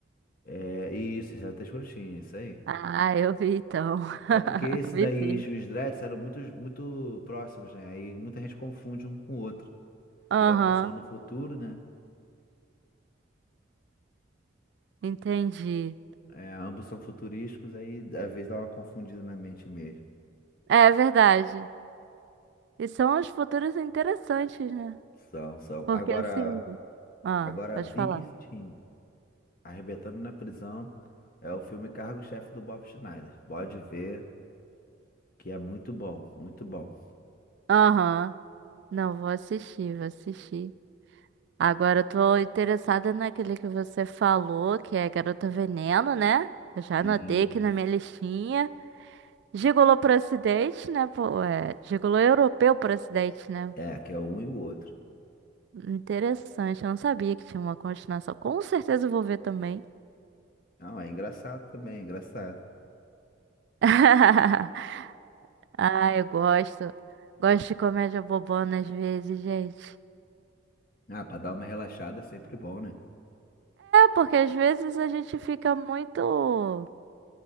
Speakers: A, on the left; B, on the right.
A: É, isso, isso é até escrotinho, isso aí.
B: Ah, eu vi então.
A: É
B: <laughs>
A: porque esse
B: Vi
A: daí
B: sim.
A: e Juiz Dredd eram muito, muito próximos, né? Aí muita gente confunde um com o outro.
B: Aham,
A: Porque ambos são no futuro, né?
B: entendi.
A: É, ambos são futurísticos, aí às vezes dá uma confundida na mente mesmo.
B: É verdade. E são os futuros interessantes, né?
A: São, são.
B: Porque
A: Agora,
B: assim. Ah,
A: agora
B: pode
A: Big
B: falar.
A: Steam, Arrebentando na Prisão, é o filme Cargo-Chefe do Bob Schneider. Pode ver que é muito bom, muito bom.
B: Aham. Não, vou assistir, vou assistir. Agora eu tô interessada naquele que você falou, que é Garota Veneno, né? Eu já
A: Isso.
B: anotei aqui na minha listinha. Gigolô pro Ocidente, né? Pô, é, Gigolô europeu pro Ocidente, né?
A: É, que é um e o outro.
B: Interessante, eu não sabia que tinha uma continuação. Com certeza eu vou ver também.
A: Não, é engraçado também, é engraçado.
B: <laughs> Ah, eu gosto. Gosto de comédia bobona às vezes, gente.
A: Ah, pra dar uma relaxada é sempre bom, né?
B: Porque às vezes a gente fica muito,